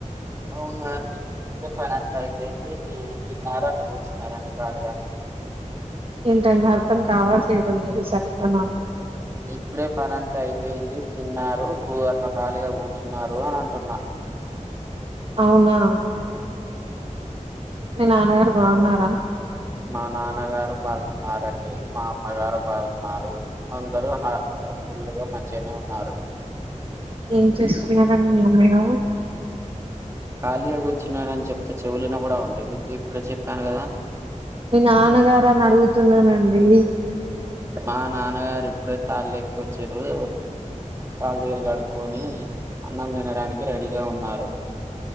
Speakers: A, on the right; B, on the right.
A: అవునా అండి ఇప్పుడే పనంతా అయిపోయింది తిన్నారు అక్కడ కూర్చున్నారండి ఖాళీగా
B: ఏంటండి అర్థం కావట్లేదు మీది సరిగ్గా నాకు
A: ఇప్పుడే పనంతా అయిపోయింది తిన్నారు కూ అట్లా ఖాళీగా కూర్చున్నారు అని అంటున్న
B: అవునా మీ నాన్నగారు బావున్నారా
A: మా నాన్నగారు బాగున్నారండి మా అమ్మగారు బాగున్నారు అందరు ఫుల్గా మంచిగానే ఉన్నారు
B: ఏం చేస్తూన్నారండి మీ అమ్మగారు
A: ఖాళీగా కూర్చున్నారు అని చెప్తే చెవులు వినపడవ అండి మీకు ఇప్పుడే చెప్పాను కదా
B: మీ నాన్నగారని అడుగుతున్నానండి
A: మా నాన్నగారు ఇప్పుడే తాళెక్కోచ్చిరు కాలు చేలు కడుకొని అన్నం తినడానికి రెడీగా ఉన్నారు